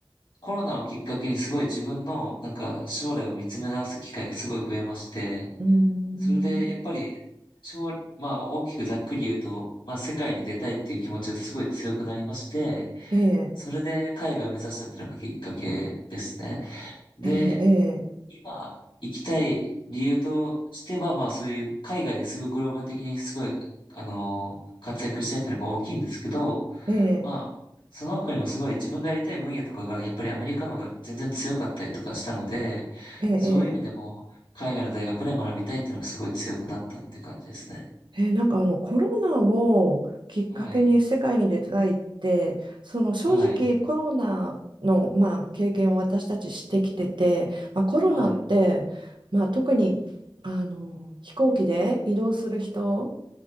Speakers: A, on the left; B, on the right.
A: コロナをきっかけにすごい自分の、なんか、将来を見つめ直す機会がすごい増えまして、
B: うーん、
A: それで、やっぱり、将、まあ、大きくざっくり言うと、まあ、世界に出たいっていう気持ちがすごい強くなりまして、
B: ええ、
A: それで海外を目指したっていうのがきっかけですね。で、
B: ええ、
A: 今、行きたい理由としては、まあ、そういう海外ですごいグローバル的にすごい、あのー活躍したいっていうのが大きいんですけど、
B: ええ、ええ、
A: まあ、その他にもすごい自分がやりたい分野とかが、やっぱりアメリカの方が全然強かったりとかしたので、
B: ええ、え
A: そういう意味でも、海外の大学で学びたいっていうのがすごい強くなったっていう感じですね。
B: えーなんかあのコロナをきっかけに世界に出たいってその正直コロナの、
A: はい。はい。
B: まあ、経験を私たちしてきてて、まあ、コロナって、
A: はい。
B: まあ、特にあの飛行機で移動する人